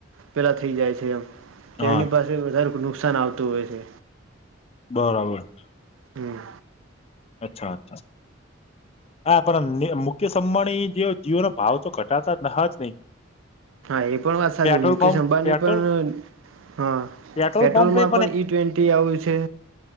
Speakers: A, on the right (about 90°); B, on the left (about 30°).
A: પેલાં થઈ જાય છે એમ, તો
B: હા
A: એમની પાસે વધારે નુકસાન આવતું હોય છે.
B: બરાબર.
A: હમ્મ.
B: અચ્છા અચ્છા. હા પણ મુકેશ અંબાણી જે જીવોનો ભાવ તો ઘટાતા ના જ નહી.
A: હા એ પણ વાત સાચી
B: petrol
A: Mukesh
B: pump
A: Ambani
B: petrol
A: પણ હા
B: પેટ્રોલ
A: પેટ્રોલમાં
B: પંપે
A: પણ ઈ ટ્વેન્ટી આવ્યું છે.